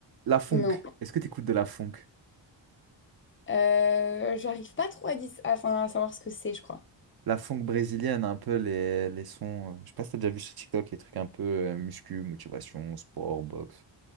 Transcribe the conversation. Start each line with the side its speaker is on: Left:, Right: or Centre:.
Right: La funk.
Left: Non.
Right: Est-ce que t'écoutes de la funk?
Left: Euh, j'arrive pas trop à, dis- à- enfin, à savoir ce que c'est, je crois.
Right: La funk brésilienne, un peu les, les sons. euh, Je sais pas si t'as déjà vu sur TikTok les trucs un peu euh, muscu, motivation, sport, boxe.